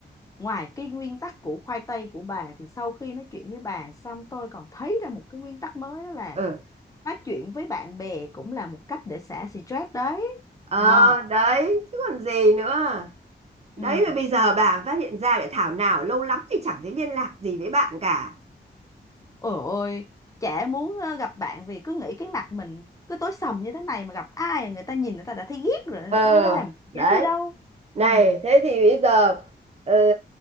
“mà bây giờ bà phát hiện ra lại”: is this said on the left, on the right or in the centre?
Right